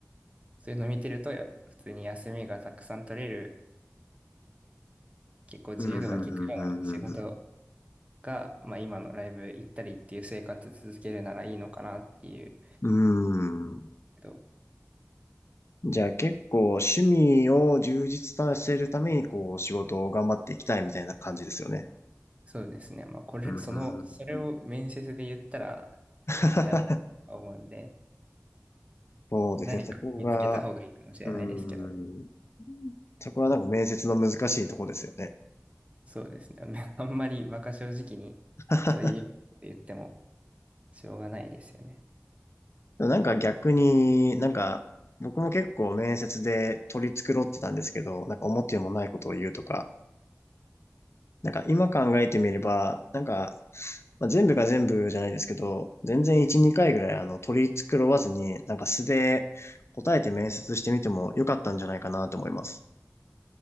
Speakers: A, on the right; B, on the left.
A: そういうの見てるとや普通に休みがたくさん取れる、結構自由度が利くような仕事
B: うん、うん、うん、うん、
A: が、まあ、今のライブ行ったりっていう生活続けるならいいのかなっていう
B: うん。う
A: けど、
B: ーん。じゃあ結構趣味を充実させるために、こう、仕事を頑張っていきたいみたいな感じですよね。
A: そうですね。まあ、これ、
B: うーん。
A: その、それを面接で言ったら
B: <laughs>
A: ダメだと思うんで、
B: そうですね。
A: 何か見つけた方がいいかもしれないですけど、
B: そこが、うーん。そこはなんか面接の難しいとこですよね。
A: そうですね。<laughs> あんまり馬鹿正直に、
B: <laughs>
A: そういうこと言ってもしょうがないですよね。
B: でもなんか逆に、なんか、僕も結構面接で取り繕ってたんですけど、なんか思ってもないことを言うとか、なんか今考えてみれば、なんか、まあ、全部が全部じゃないですけど、全然1、2回ぐらいあの取り繕わずに、なんか素で答えて面接してみてもよかったんじゃないかなと思います。